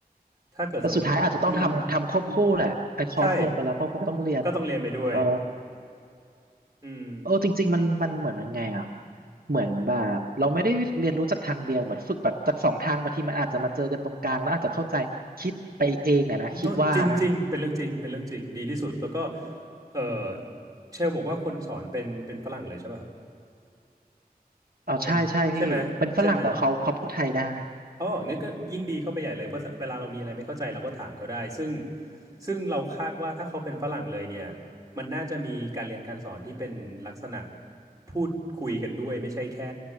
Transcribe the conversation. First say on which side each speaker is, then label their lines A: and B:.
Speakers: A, on the right; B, on the right.
A: ถ้าเกิดสมมติอืม
B: แต่สุดท้ายอาจจะต้องทำทำควบคู่แหละไอคอร์สลงไปแล้วก็คงต้องเรียน
A: ใช่ก็ต้องเรียนไปด้วย
B: เอ่อ
A: อืม
B: เออจริงๆมันมันเหมือนยังไงอ่ะเหมือนแบบเราไม่ได้เรียนรู้จากทางเดียวเหมือนฝึกแบบจากสองทางบางทีมันอาจจะมาเจอกันตรงกลางแล้วอาจจะเข้าใจคิดไปเองอะนะคิดว่านะ
A: โน่จริงจริงเป็นเรื่องจริงเป็นเรื่องจริงดีที่สุดแล้วก็เออเชลบอกว่าคนสอนเป็นเป็นฝรั่งเลยใช่ป่ะครับ
B: เอาใช่ใช่พี่เป็นฝรั่งแต่เขาเขาพูดไทยได้
A: เป็นใช่ไหมใช่ไหม อ๋องั้นก็ยิ่งดีเข้าไปใหญ่เลยเพราะเวลาเรามีอะไรไม่เข้าใจเราก็ถามเขาได้ซึ่ง
B: อืม
A: ซึ่งเราคาดว่าถ้าเขาเป็นฝรั่งเลยเนี่ยมันน่าจะมีการเรียนการสอนที่เป็นลักษณะพูดคุยกันด้วยไม่ใช่แค่